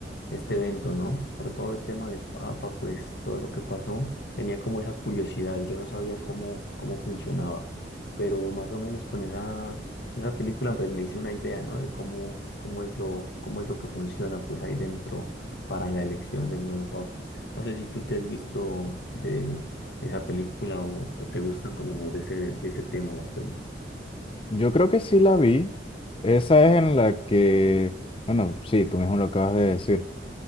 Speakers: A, on the left; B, on the left.
A: este evento, ¿no? Por todo el tema del Papa, pues todo lo que pasó, tenía como esa curiosidad, yo no sabía cómo, cómo funcionaba, pero más o menos con esa, esa película pues me hice una idea, ¿no? De cómo, cómo es lo, cómo es lo que funciona pues ahí dentro para la elección del nuevo Papa. No sé si tú te has visto de esa película o, o te gustan como de ese, de ese tema las pelis.
B: Yo creo que sí la vi. Esa es en la que, bueno, sí, tú mismo lo acabas de decir,